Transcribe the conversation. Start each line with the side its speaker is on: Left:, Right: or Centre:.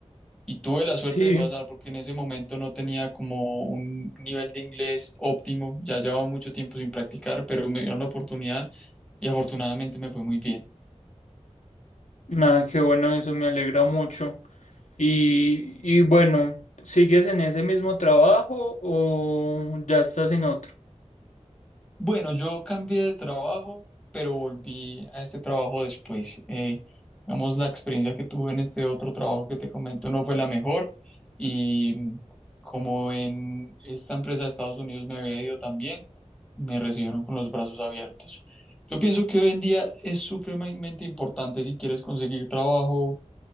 Centre: Y tuve la suerte
Left: Sí,
Centre: de pasar porque en ese momento no tenía como un nivel de inglés óptimo, ya llevaba mucho tiempo sin practicar, pero me dieron la oportunidad y afortunadamente me fue muy bien.
Left: nada, qué bueno, eso me alegra mucho. Y, y bueno, ¿sigues en ese mismo trabajo o ya estás en otro?
Centre: Bueno, yo cambié de trabajo, pero volví a este trabajo después. Eh, digamos, la experiencia que tuve en este otro trabajo que te comento no fue la mejor y como en esta empresa de Estados Unidos me había ido también, me recibieron con los brazos abiertos. Yo pienso que hoy en día es supremamente importante si quieres conseguir trabajo,